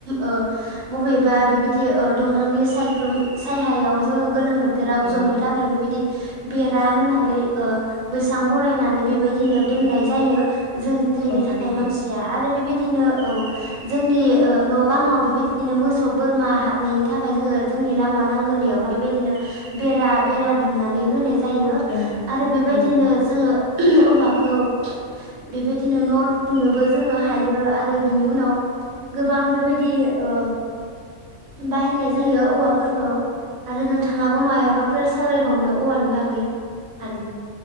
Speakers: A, on the right; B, on the left.
A: ओ बबेबा बेबायदि ओ दंफांनि सायख्लुम सायहायाव जोङो गोलोम बोथोर ज'नो
B: औ
A: थाखाय बेबायदि बेरा होनानै ओ बैसां बनायनानै बेबायदिनो दोननाय जायो। जों जिरायनो
B: औ
A: थाखाय
B: नंगौ
A: मानसिया आरो बेबायदिनो औ जोंनि ओ न' बाङाव बेबायदिनो मोसौ बोरमा हाबनायनि थाखाय जोङो जोंनि लामा लांगोनायावहाय बेबायदिनो बेरा बेरा दुमनानै होनाय जायो
B: ओं
A: आरो बेबायदिनो
B: ओं
A: जोङो औवाखौ बेबायदिनो न' लुनोबो जोङो हायो आरो बिनि उनाव गोबां बेबायदि ओ बाहानाय जायो औवाफोरखौ आरो नोंथाङा मायाबाफोर सावरायबावनो औवानि बागै हागोन।